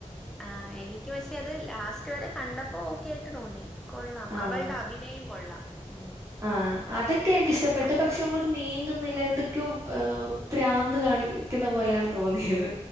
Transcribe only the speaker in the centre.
ആഹ് എനിക്ക് പക്ഷെ അത് ലാസ്റ്റ് വരെ കണ്ടപ്പോ ഓക്കെ ആയിട്ട് തോന്നി കൊള്ളാം
അവൾടെ അഭിനയം കൊള്ളാം ഉം
അത്